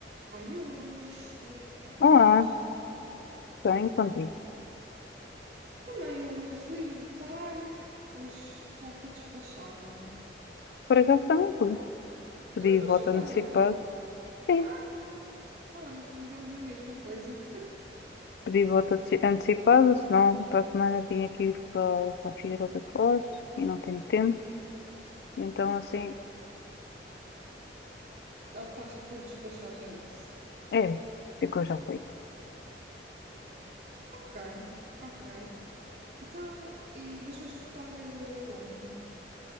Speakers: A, on the right; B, on the left.
A: Ai, hoje, como é que estás?
B: Olá, bem contigo.
A: Também, olha, fui votar. Hoje já estou despachada.
B: Por acaso também fui. Pedi
A: Também foste
B: voto
A: votar
B: antecipado.
A: hoje?
B: Sim,
A: Ah, boa. Então, olha, fizemos a mesma coisa.
B: pedi voto anteci- antecipado, senão para a semana eu tinha que ir para, o- para a Figueira da Foz e não tenho tempo. Então
A: Ok.
B: assim,
A: Optaste por despachar já isso.
B: é, ficou já feito.
A: Ok, ok. Então, e, mas foste votar eh, aonde?